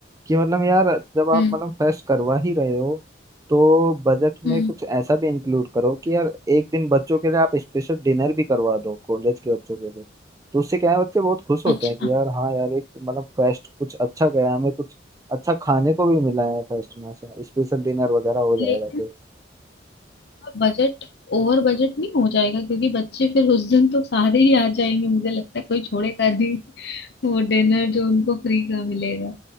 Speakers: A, on the right; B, on the left.
A: कि मतलब यार जब आप
B: हम्म
A: मतलब फेस्ट करवा ही रहे हो तो बजट में
B: हम्म
A: कुछ ऐसा भी इंक्लूड करो कि यार एक दिन बच्चों के लिए आप स्पेशल डिनर भी करवा दो कॉलेज के बच्चों के लिए तो उससे क्या है बच्चे बहुत खुश
B: अच्छा
A: होते हैं कि यार हाँ यार एक मतलब फेस्ट कुछ अच्छा गया हमें कुछ अच्छा खाने को भी मिला है फेस्ट में ऐसा स्पेशल डिनर वगैरह हो जाएगा
B: लेकिन
A: तो
B: बजट ओवर बजट नहीं हो जाएगा क्योंकि बच्चे फिर उस दिन तो सारे ही आ जाएंगे मुझे लगता है कोई छोड़ेगा नहीं <laughs> वो डिनर जो उनको फ्री का मिलेगा